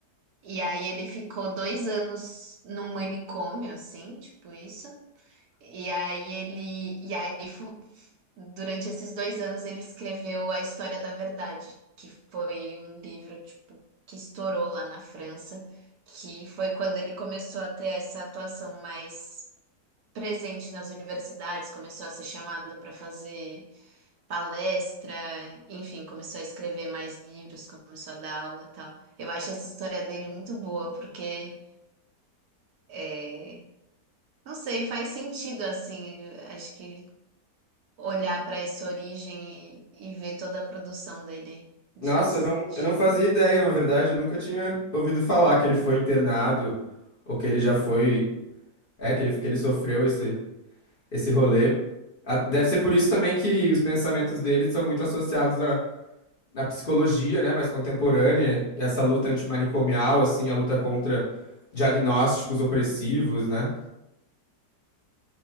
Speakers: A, on the right (about 70°); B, on the left (about 35°).
A: E aí ele ficou dois anos num manicômio, assim, tipo isso. E aí ele. E aí, fu- durante esses dois anos, ele escreveu A História da Verdade, que foi um livro, tipo, que estourou lá na França, que foi quando ele começou a ter essa atuação mais presente nas universidades, começou a ser chamado para fazer palestra, enfim, começou a escrever mais livros, começou a dar aula e tal. Eu acho essa história dele muito boa, porque, é, não sei, faz sentido, assim, acho que olhar para essa origem e, e ver toda a produção dele de,
B: Nossa, eu não,
A: de...
B: eu não fazia ideia, na verdade, eu nunca tinha ouvido falar que ele foi internado, ou que ele já foi, é, que ele, que ele sofreu esse, esse rolê. Ah, Deve ser por isso também que os pensamentos dele são muito associados na psicologia, né, mais contemporânea, essa luta antimanicomial, assim, a luta contra diagnósticos opressivos, né?